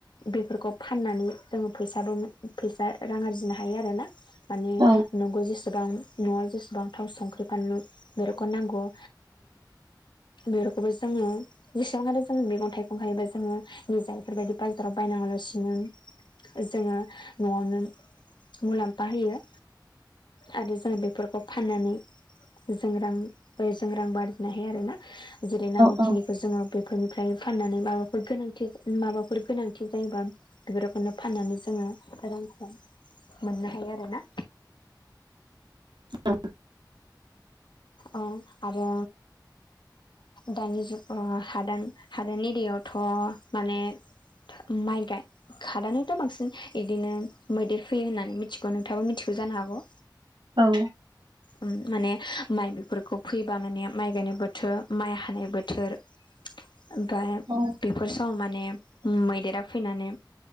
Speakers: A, on the left; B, on the right.
A: बेफोरखौ फाननानै जोङो फैसाबो फैसा रां आरजिनो हायो आरोना। माने
B: औ
A: नंगौ जेसेबां न'आव जेसेबां थाव संख्रि फानलु बेफोरखौ नांगौ बेफोरखौबो जोङो जेसेबां मोनो जों मेगं थाइ ओंखारबा जोङो निजा बेफोरबायदि बाजाराव बायनाङालासिनो जोङो न'आवनो मुलाम्फा होयो। आरो जोंङा बेफोरखौ फाननानै। जों रां बेजों रां बारदिनो हायो आरोना। जेरै नांगौखिनिखौ
B: औ
A: जोङो बेफोरनिफ्रायनो। फाननानै माबाफोर गोनांथि माबाफोर गोनांथि जायोबा। बेफोरखौनो फाननानै जोङो रांखौ मोननो हायो आरोना।
B: औ।
A: अ आरो दानि जुग अ हादान हादान एरियावथ' माने। माइ गाय खादानावथ' बांसिन इदिनो मैदेर फैयो होननानै मिथिगौ नोंथाङाबो मिथिगौ जानो हागौ।
B: औ।
A: ओम माने माइ बेफोरखौ फैयोबा माने माइ गायनाय बोथो माइ हानाय बोथोर। ओमफाय
B: औ।
A: बेफोर समाव माने उम मैदेरा फैनानै।